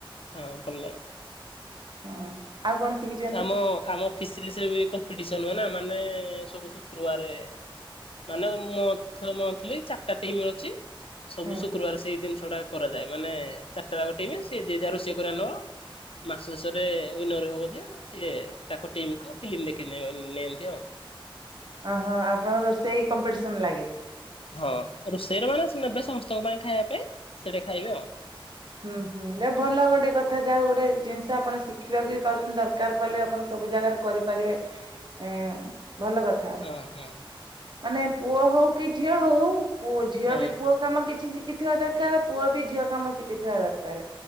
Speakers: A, on the left (about 80°); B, on the right (about 55°).
A: ହଁ ଭଲ ଲା
B: ହଁ। ଆଉ କଣ ସିକିଛ
A: ଆମ ଆମ ଫିସରେ ସେବି କମ୍ପିଟିସନ ହୁଏ ନା ମାନେ ସବୁ ଶୁକ୍ରବାରେ ମାନେ ମନ୍ଥ-ମନ୍ଥଲି ଚାରିଟା ଟିମ୍ ଅଛି ସବୁ
B: ହୁଁ
A: ଶୁକ୍ରବାର ସେଇ ଜିନିଷ ଟା କରାଯାଏ ମାନେ ଚାରିଟା ଯା ଟେଇବେ ସେଏ ଯ ଯା ରୋଷେଇ କରିବା ନବ ମାସ ଶେଷରେ ୱନର ହବ ଯେ ସିଏ ତାଙ୍କ ଟିମ୍କୁୁ ଫିଲ୍ମ ଦେଖ ନିଅନ୍ତି ଆଉ।
B: ଓହୋ ଆପଣଙ୍କ ରୋଷେଇ କମ୍ପିଟିସନ ଲାଗେ?
A: ହଁ ରୋଷେଇରେ ମାନେ ନେବେ ସମସ୍ତଙ୍କ ପାଇଁ ଖାଇବା ପାଇଁ ସେଇଟା ଖାଇବେ ଆଉ।
B: ହୁଁ ହୁଁ ଏ ଭଲ ଗୋଟେ କଥା ଯାହା ଗୋଟେ ଜିନିଷ ଆପଣ ଶିଖିବାକୁ ବି ପାଉଛନ୍ତି ଦରକାର। ବ ପେ ଆପଣ ସବୁ ଜାଗାରେ କରିପାରିବେ ଏଁ ଭଲ କଥା।
A: ହଁ ହଁ।
B: ମାନେ ପୁଅ ହଉ କି ଝିଅ ହଉ, ପୁଅ ଝିଅ
A: ହଁ
B: ବି ପୁଅ। କାମ କିଛି ଶିଖିଥିବା ଦରକାର। ପୁଅ ବି ଝିଅ କାମ ଶିଖିଥିବା ଦରକାର।